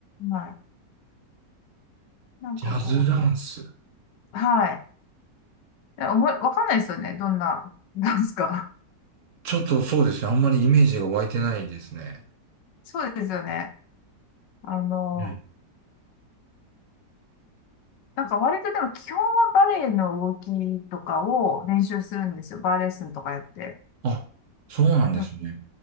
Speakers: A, on the left; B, on the right.
A: はい。なんかこ
B: ジャズダンス。
A: う、はい。え思わかんないですよね。どんなダンスか。
B: ちょっとそうですね。あんまりイメージが湧いてないですね。
A: <laughs> そうですよね。あの、
B: うん。
A: なんか割とでも基本はバレエの動きとかを練習するんですよ。バーレッスンとかやって。
B: あ、そうなんですね。
A: うん